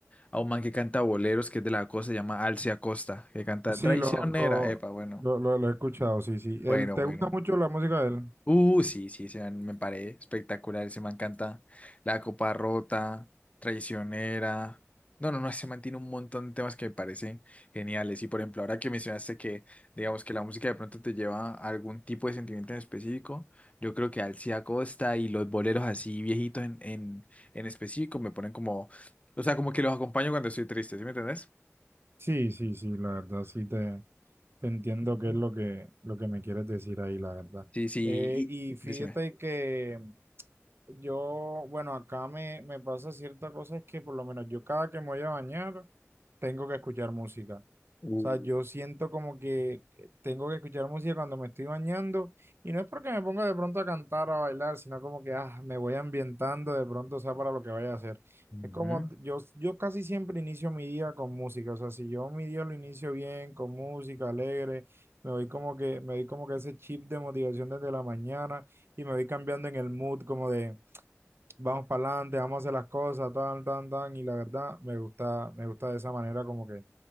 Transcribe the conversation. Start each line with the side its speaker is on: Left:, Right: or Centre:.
Left: a un man que canta boleros, que es de la costa, se llama Alcia Costa, que canta
Right: Sí,
Left: Traicionera.
Right: lo, lo,
Left: Epa, bueno,
Right: lo, lo- lo he escuchado, sí, sí. Él,
Left: bueno,
Right: ¿te
Left: bueno.
Right: gusta mucho la música de él?
Left: Uh, sí, sí, ese man me paré espectacular. Ese man canta La Copa Rota, Traicionera. No, no, no, ese man tiene un montón de temas que me parecen geniales. Y por ejemplo, ahora que mencionaste que, digamos, que la música de pronto te lleva a algún tipo de sentimiento en específico, yo creo que Alcia Costa y los boleros así viejitos en, en, en específico me ponen como, o sea, como que los acompaño cuando estoy triste, ¿sí me entendés?
Right: Sí, sí, sí, la verdad, sí te, te entiendo
Left: Ujú.
Right: qué es lo que, lo que me quieres decir ahí, la verdad.
Left: Sí, sí,
Right: Eh,
Left: y
Right: y fíjate
Left: decime.
Right: que yo, bueno, acá me, me pasa cierta cosa, es que por lo menos yo cada que me voy a bañar, tengo que escuchar música.
Left: Uh,
Right: O sea, yo siento como que eh, tengo que escuchar música cuando me estoy bañando y no es porque me ponga de pronto a cantar o a bailar, sino como que ah, me voy ambientando de pronto, o sea, para lo que vaya a hacer.
Left: ujú.
Right: Es como yo, yo casi siempre inicio mi día con música, o sea, si yo mi día lo inicio bien, con música alegre, me voy como que, me doy como que ese chip de motivación desde la mañana y me voy cambiando en el mood como de vamos para adelante, vamos a hacer las cosas, tan, tan, tan, y la verdad me gusta, me gusta de esa manera como que